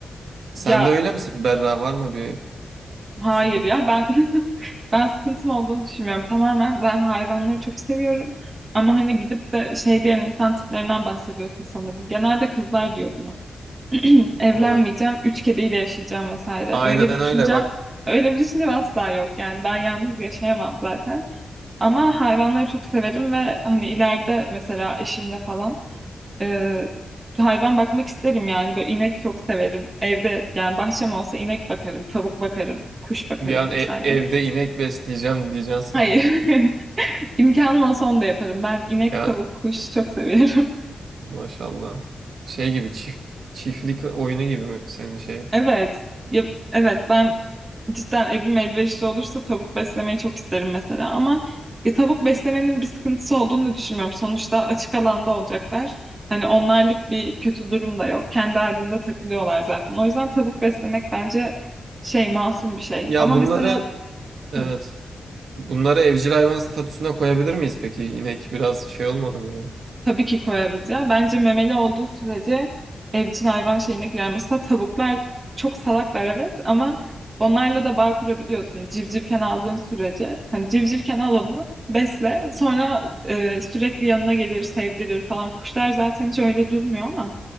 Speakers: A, on the right (about 75°); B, on the right (about 30°).
A: Sen
B: ya
A: de öyle misin? Berra var mı bir
B: Hayır
A: Sıkıntı.
B: ya ben <laughs> ben sıkıntım olduğunu düşünmüyorum. Tamamen ben hayvanları çok seviyorum. Ama hani gidip de şey diyen insan tiplerinden bahsediyorsun sanırım. Genelde kızlar diyor bunu. <clears throat> Evlenmeyeceğim,
A: Evet.
B: üç kediyle yaşayacağım vesaire.
A: Aynen
B: Öyle bir düşüncem,
A: öyle. Bak
B: öyle bir düşüncem asla yok. Yani ben yalnız yaşayamam zaten. Ama hayvanları çok severim ve hani ileride mesela eşimle falan ee, hayvan bakmak isterim yani. Böyle inek çok severim. Evde yani bahçem olsa inek bakarım, tavuk bakarım, kuş bakarım
A: bir an
B: vesaire.
A: e- evde inek besleyeceğim diyeceksin
B: Hayır.
A: sandım.
B: <laughs> İmkanım olsa onu da yaparım. Ben inek,
A: Ya
B: tavuk, kuş çok seviyorum.
A: maşallah. Şey gibi çift çiftlik oyunu gibi mi senin şey?
B: Evet. Ya, evet ben cidden evim elverişli olursa tavuk beslemeyi çok isterim mesela ama ya tavuk beslemenin bir sıkıntısı olduğunu da düşünmüyorum. Sonuçta açık alanda olacaklar. Hani onlarlık bir kötü durum da yok. Kendi halinde takılıyorlar zaten. O yüzden tavuk beslemek bence şey masum bir şey.
A: Ya
B: Ama
A: bunları
B: mesela
A: evet.
B: hı,
A: Bunları evcil hayvan statüsüne koyabilir miyiz peki? İnek biraz şey olmadı mı ya?
B: Tabii ki koyarız ya. Bence memeli olduğu sürece evcil hayvan şeyine girer. Mesela tavuklar çok salaklar evet ama onlarla da bağ kurabiliyorsun. Civcivken aldığın sürece. Hani civcivken al onu besle. Sonra e, sürekli yanına gelir sevdirir falan. Kuşlar zaten hiç öyle durmuyor ama